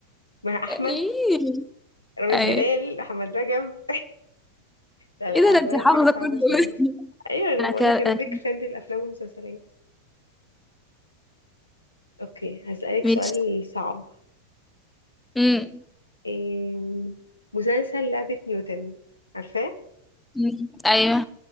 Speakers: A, on the left; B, in the centre.
A: مها احمد
B: ايه
A: رامز
B: ايه
A: جلال احمد رجب <laughs> لا
B: ايه
A: لا
B: ده ده
A: هدوري
B: انت حافظه
A: على حاجة صعبة
B: كله
A: شوية
B: <laughs>
A: ايوه انا
B: انا
A: بقول
B: كده
A: لك
B: أنا
A: انا بيك
B: كده-
A: فان للافلام والمسلسلات اوكي هسألك
B: مش
A: سؤال صعب
B: مم.
A: إيه مسلسل لعبة نيوتن عارفاه
B: مم. ايوه